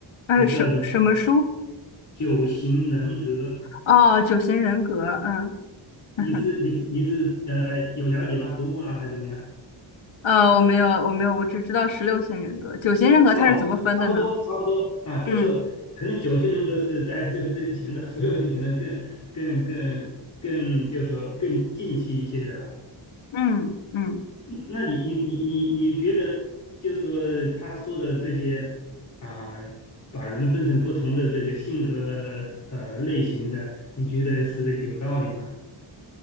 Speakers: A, on the left; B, on the left.
A: 呃，
B: 我不知道你
A: 什什么书？
B: 《九型人格》，
A: 哦，九型人格，嗯，
B: 你是你是你是呃有了解吗？
A: <laughs>
B: 读过吗？还是怎么样？
A: 呃，我没有，我没有，我只知道十六型人格。九型人格它是怎么分的呢？
B: 哦，差不多，差不多啊，就是可能九型人格是在这之前的，
A: 嗯
B: 十六型可能更更更更，就是说更近期一些的吧。
A: 嗯嗯。
B: 嗯那你你你你你觉得，就是说他说的这些啊，把人分成不同的这个性格呃类型的，你觉得是有道理吗？